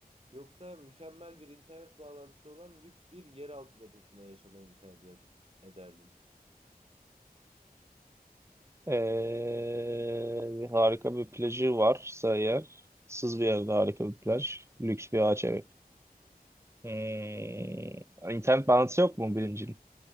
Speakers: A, on the right (about 40°); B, on the right (about 15°).
A: Yoksa mükemmel bir internet bağlantısı olan lüks bir yeraltı deposunda yaşamayı mı tercih ed- ederdin?
B: Ee, harika bir plajı varsa eğer, sız bir yerde harika bir plaj, lüks bir ağaç evi. Hmm, internet bağlantısı yok mu birincinin?